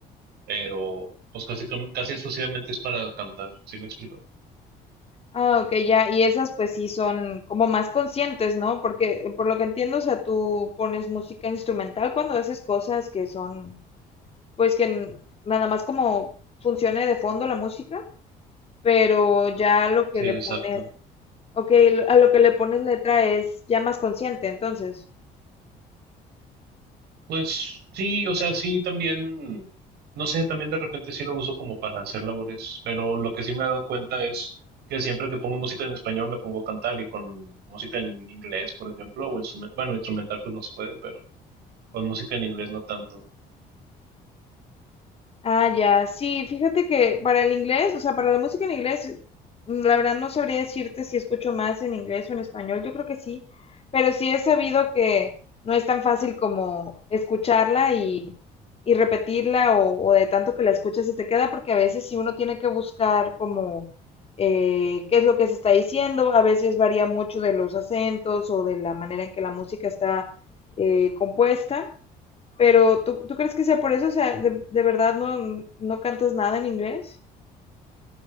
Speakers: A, on the right; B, on the left.
A: pero pues casi, casi exclusivamente es para cantar, ¿sí me explico?
B: Ah, ok, ya, y esas pues sí son como más conscientes, ¿no? Porque eh, por lo que entiendo, o sea, tú pones música instrumental cuando haces cosas que son, pues que n- nada más como funcione de fondo la música, pero ya lo que
A: Sí,
B: le
A: exacto.
B: pones, ok, lo- a lo que le pones letra es ya más consciente, entonces.
A: Pues sí, o sea, sí también, no sé, también de repente sí lo uso como para hacer labores, pero lo que sí me he dado cuenta es que siempre que pongo música en español me pongo a cantar y con música en inglés, por ejemplo, o instrumental, bueno, instrumental pues no se puede, pero con música en inglés no tanto.
B: Ah, ya, sí, fíjate que para el inglés, o sea, para la música en inglés, mm, la verdad no sabría decirte si escucho más en inglés o en español, yo creo que sí, pero sí he sabido que no es tan fácil como escucharla y, y repetirla o, o de tanto que la escuchas se te queda, porque a veces sí uno tiene que buscar como eh, qué es lo que se está diciendo, a veces varía mucho de los acentos o de la manera en que la música está eh, compuesta. Pero ¿tú, tú crees que sea por eso? O sea, de, de verdad no, no cantas nada en inglés.